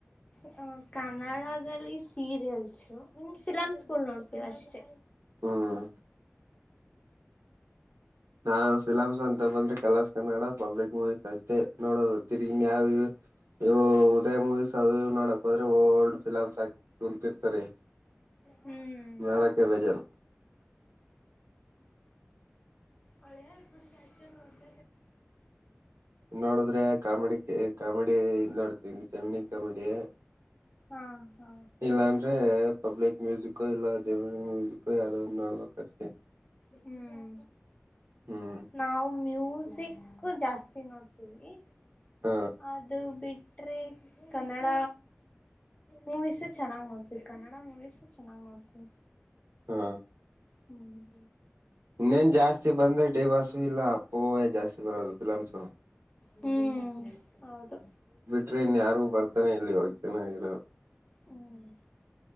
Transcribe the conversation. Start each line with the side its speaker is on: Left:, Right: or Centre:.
Left: ಹ ಕನ್ನಡದಲ್ಲಿ ಸೀರಿಯಲ್ಸ್ ಫಿಲಮ್ಸ್ ನೋಡ್ತೀವ ಅಷ್ಟೆ
Right: ಹ್ಮ್ ನಾನ್ ಫಿಲಂಸ್ ಅಂತ ಬಂದ್ರೆ ಕಲಾ ಕನ್ನಡ ಪಬ್ಲಿಕ್ ಮೂವೀಸ್ ಅಷ್ಟೇ ನೋಡದು ತಿರುಗಿ ಮಾವ ಇ ಉದಯ ಮು ಸ ನೋಡ ಹ್ರೆ ಓಲ್ಡ್ ಫಿಮ್ ಆಕಿ ಕೋಳ್ತಿರ್ತಾರೆ
Left: ಹ್ಮ್
Right: ಮೇಳಕ್ಕೆ ಬೇಜಾರ
Left: ಒಳ್ಳೆ ಅಲ್ಪ ಅಷ್ಟ ಒಂದ
Right: ನೋಡಿದ್ರೆ ಕಾಮಿಡಿ ಕಾಮಿಡಿ ಇ ನೋಡ್ತ ಜಮನಿ ಕಮಿಡಿಯ
Left: ಹಾ ಹಾ
Right: ಇಲ್ಲಾನ್್ರೆ ಸಬ್ ಲೈಕ್ ಮ್ಯೂಸಿಕ್ ಕ ಇಲ್ಲ ಜ ಕಯ ಆದ ನೋಡ್ಬೇಕು ಅಷ್ಟೇ
Left: ಹ್ಮ್
Right: ಹ್ಮ್
Left: ನಾವು ಮ್ಯೂಸ್ ಸಿಕ್ಕು ಜಾಸ್ತಿ ನೋಡ್ತೀವಿ
Right: ಹ
Left: ಅದು ಬಿಟ್ಟ ಬಿಟ್ರೆ ಕನ್ನಡ ಮೂವೀಸ್ ಚೆನ್ನಾಗ್ ನೋಡ್ತವಿ ಕನ್ನಡ ಮೂವೀಸ್ ಚೆನ್ನಾಗ್ ನೋಡ್ತಿವಿ
Right: ಹಾ
Left: ಹ್ಮ <inaudible>
Right: ನನ್ ಜಾಸ್ತಿ ಬಂದ್ರೆ ಡಿ ಬಾಸು ಇಲ್ಲ ಅಪ್ಪೋವ ಜಾಸ್ತಿ ಬರೋದು ಫಿಲಮ್ಸು
Left: ಹ್ಮ್ ಹೌದು
Right: ಟ್ರೈನ್ ಯಾರು ಬರ್ತಾನೆ ಇಲ್ಲಿ ಇವಾಗ ಜನ ಹೇಳ
Left: ಹ್ಮ್ <inaudible>